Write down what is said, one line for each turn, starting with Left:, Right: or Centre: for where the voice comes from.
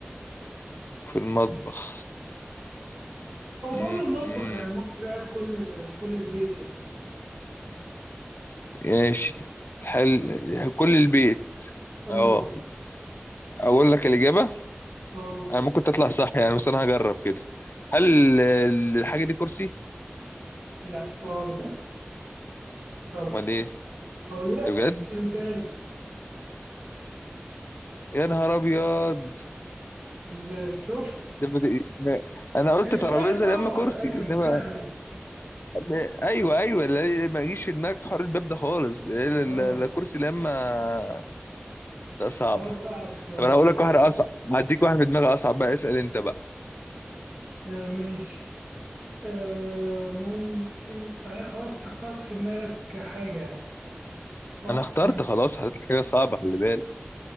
Left: وفي المطبخ
Right: او
Left: م-
Right: بره المطبخ
Left: م-
Right: يعني ممكن تلاقيها في كل في كل البيت يعني
Left: ماشي هل كل البيت
Right: اه
Left: اه اقول لك الإجابة
Right: اه
Left: انا ممكن تطلع صح يعني بس انا هجرب كده هل ال- الحاجة دي كرسي؟
Right: لا غلط اه
Left: امال ايه؟
Right: اقول لك
Left: ده بجد؟
Right: الباب
Left: يا نهار ابيض
Right: الباب شوف
Left: ده بد... ما- انا قلت
Right: هي
Left: ترابيزة
Right: شوية صعبة
Left: يا اما كرسي
Right: على فكرة مش
Left: انما
Right: سهلة يعني
Left: ما- ايوه ايوه لا ما يجيش في دماغك حوار الباب ده خالص إيه لا
Right: اه
Left: لا- لا كرسي لا اما لا صعبة
Right: حوار صعب شوية
Left: طب انا هقول لك واحدة
Right: آه.
Left: اصعب هديك واحد في دماغي اصعب بقى اسأل انت بقى
Right: آه ماشي آه ممكن يعني خلاص انت اخترت في دماغك حاجة يعني صح؟
Left: انا اخترت خلاص حطيت لي حاجه صعبه خلي بالك